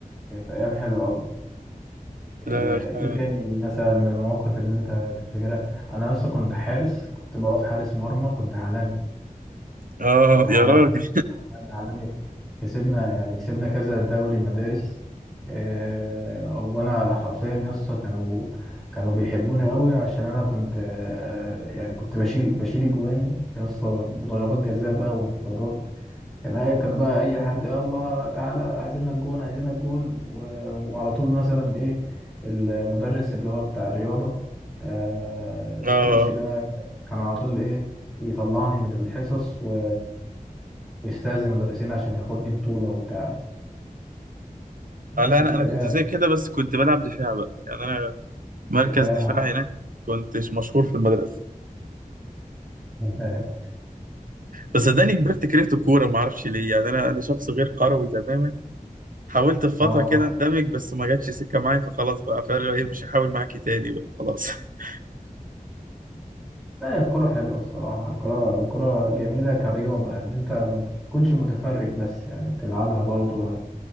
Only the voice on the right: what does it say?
لا
ف-
اه
يا راجل
اه
آه، لا
انا
انا كنت زي كده بس كنت بلعب دفاع بقى يعني انا مركز
دفاع هناك كنتش مشهور في المدرسة
بس صدقني كبرت كرهت الكورة ما اعرفش ليه يعني انا انا شخص غير كروي تماما حاولت في فترة
كده اندمج بس ما جاتش سكة معايا فخلاص بقى فاهم ايه مش هحاول معاكي تاني بقى خلاص <laughs>